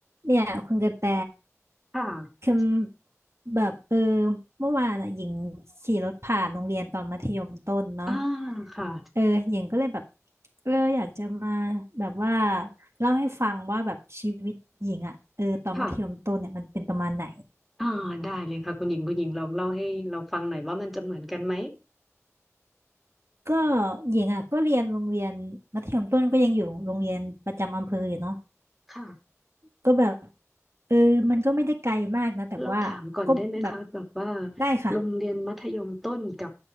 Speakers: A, on the right; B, in the centre.
A: เนี่ยคุณกระแต
B: ค่ะ
A: คือแบบเออเมื่อวานอ่ะหญิงขี่รถผ่านโรงเรียนตอนมัธยมต้นเนาะ
B: อ่าค่ะ
A: เออหญิงก็เลยแบบเอออยากจะมาแบบว่าเล่าให้ฟังว่าแบบชีวิตหญิงอ่ะเออตอนมัธยมต้นเนี่ยมันเป็นประมาณไหน
B: ค่ะอ่าได้เลยค่ะคุณหญิงคุณหญิงลองเล่าให้เราฟังหน่อยว่ามันจะเหมือนกันไหม
A: ก็หญิงอ่ะก็เรียนโรงเรียนมัธยมต้นก็ยังอยู่โรงเรียนประจำอำเภออยู่เนาะ
B: ค่ะ
A: ก็แบบเออมันก็ไม่ได้ไกลมากนะแต่ว่าก็แบบ
B: เราถามก่อนได้ไหมคะแบบว่า
A: ได้ค่ะ
B: โรงเรียนมัธยมต้นกับ